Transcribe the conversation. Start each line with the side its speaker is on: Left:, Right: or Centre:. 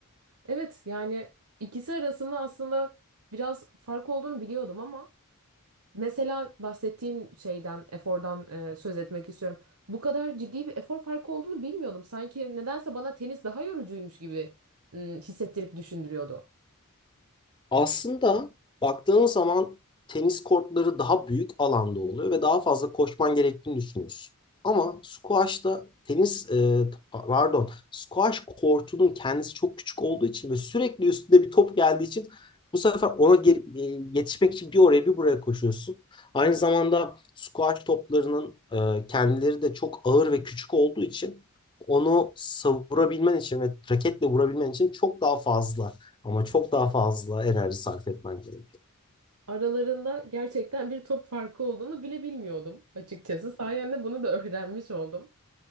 Right: Evet yani ikisi arasında aslında biraz fark olduğunu biliyordum ama mesela bahsettiğin şeyden efordan e, söz etmek istiyorum. Bu kadar ciddi bir efor farkı olduğunu bilmiyordum. Sanki nedense bana tenis daha yorucuymuş gibi m, hissettirip düşündürüyordu.
Left: Aslında baktığın zaman tenis kortları daha büyük alanda oluyor ve daha fazla koşman gerektiğini düşünüyorsun. Ama squash'ta tenis e, pardon squash kortunun kendisi çok küçük olduğu için ve sürekli üstünde bir top geldiği için bu sefer ona ge- e, yetişmek için bir oraya bir buraya koşuyorsun. Aynı zamanda squash toplarının e, kendileri de çok ağır ve küçük olduğu için onu savurabilmen için ve raketle vurabilmen için çok daha fazla ama çok daha fazla enerji sarf etmen gerekiyor.
Right: Aralarında gerçekten bir top farkı olduğunu bile bilmiyordum açıkçası. Sayende bunu da öğrenmiş oldum.